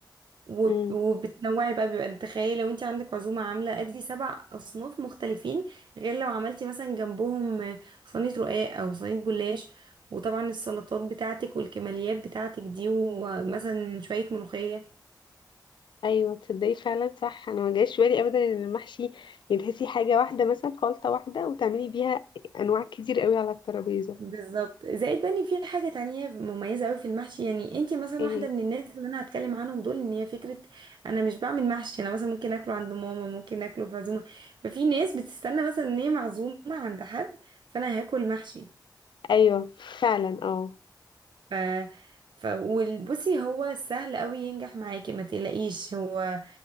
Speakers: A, on the right; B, on the left.
A: وب-
B: امم
A: وبتنوعي بقى بيبقى انت تخيلي لو انت عندك عزومه عامله ادي سبع اصناف مختلفين غير لو عملتي مثلا جنبهم صينيه رقاق او صينيه جلاش وطبعا السلطات بتاعتك والكماليات بتاعتك دي ومثلا شويه ملوخيه
B: ايوه تصدقي فعلا صح انا ما جاش في بالي ابدا ان المحشي يتهسي حاجه واحده مثلا خلطه واحده وتعملي بيها انواع كتير قوي على الترابيزه
A: بالظبط زائد بني في حاجة تانية مميزة أوي في المحشي يعني انتي مثلا
B: ايه
A: واحدة من الناس اللي أنا هتكلم عنهم دول إن هي فكرة أنا مش بعمل محشي أنا مثلا ممكن أكله عند ماما ممكن أكله في عزومة ففي ناس بتستنى مثلا إن هي معزومة عند حد فأنا هاكل محشي
B: ايوه فعلا اه
A: ف ف وبصي هو سهل أوي ينجح معاكي ما تقلقيش هو